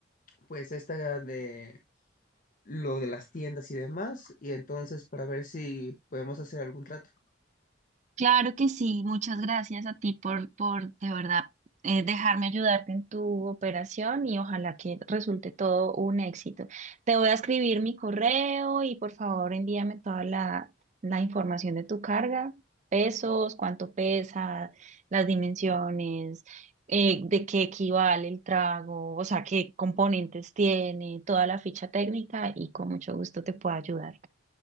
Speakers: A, on the left; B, on the right.
A: pues esta de lo de las tiendas y demás, y entonces para ver si podemos hacer algún trato.
B: Claro que sí, muchas gracias a ti por, por de verdad eh, dejarme ayudarte en tu operación y ojalá que resulte todo un éxito. Te voy a escribir mi correo y por favor envíame toda la, la información de tu carga, pesos, cuánto pesa, las dimensiones, eh, de qué equivale el trago, o sea, qué componentes tiene, toda la ficha técnica y con mucho gusto te puedo ayudar.